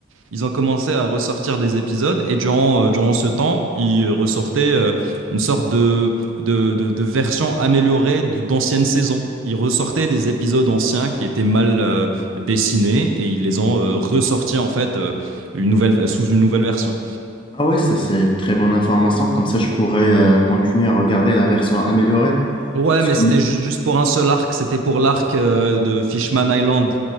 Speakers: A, on the right (about 80°); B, on the left (about 25°).
A: ils ont commencé à ressortir des épisodes et durant, euh, durant ce temps, ils ressortaient euh, une sorte de, de, de- de version améliorée d- d'anciennes saisons. Ils ressortaient des épisodes anciens qui étaient mal euh, dessinés et ils les ont euh, ressortis en fait euh, une nouvelle, sous une nouvelle version.
B: Ah ouais, ça c'est une très bonne information. Comme ça, je pourrais euh, continuer à regarder la version améliorée.
A: Ouais,
B: Parce
A: mais
B: que
A: c'était ju- juste pour un seul arc, c'était pour l'arc euh, de Fishman Island,